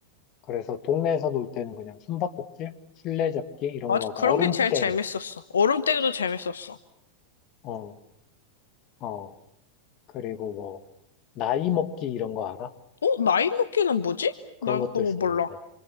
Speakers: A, on the left; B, on the left.
A: 그래서 동네에서 놀 때는 그냥 숨바꼭질, 술래잡기 이런
B: 맞아,
A: 거 하고
B: 그런
A: 얼음땡.
B: 게 제일 재밌었어. 얼음때기도 재밌었어.
A: 어, 어. 그리고 뭐, 나이 먹기 이런 거 알아?
B: 어? 나이 먹기는 뭐지? 난
A: 그런 것도
B: 그거
A: 있었는데.
B: 몰라.